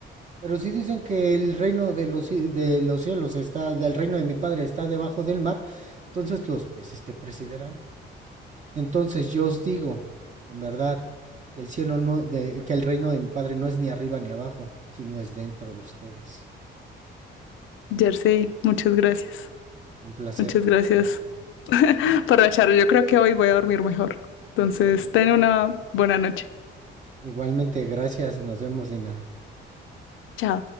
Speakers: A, on the right; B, on the left.
A: Pero sí dicen que el reino de los, ci- de los cielos está, del reino de mi padre está debajo del mar, entonces los peces te presidirán. Entonces yo os digo, en verdad, que el cielo no, de- que el reino de mi padre no es ni arriba ni abajo, sino es dentro de ustedes.
B: Jersey, muchas gracias.
A: Un placer.
B: Muchas gracias <laughs> por la charla. Yo creo que hoy voy a dormir mejor. Entonces, ten una buena noche.
A: Igualmente, gracias. Nos vemos, Lina.
B: Chao.